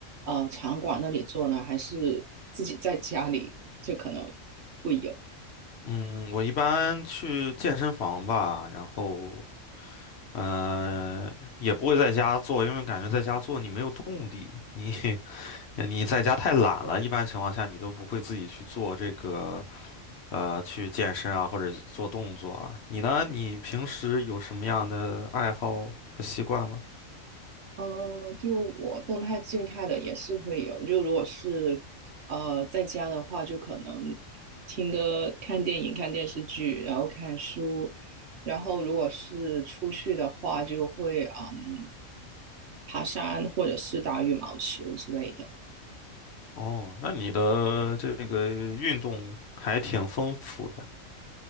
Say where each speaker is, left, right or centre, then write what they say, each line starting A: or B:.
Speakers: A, on the right; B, on the left.
A: 呃场馆那里做呢，还是自己在家里就可能会有？
B: 嗯，我一般去健身房吧，然后呃也不会在家做，因为感觉在家做你没有动力，你 <laughs> 你在家太懒了，一般情况下你都不会自己去做这个呃去健身啊或者做动作啊。你呢？你平时有什么样的爱好和习惯吗？
A: 呃，就我动态、静态的也是会有。就如果是呃在家的话，就可能听歌、看电影、看电视剧，然后看书。然后如果是出去的话，就会嗯爬山或者是打羽毛球之类的。
B: 哦，那你的这个运动还挺丰富的。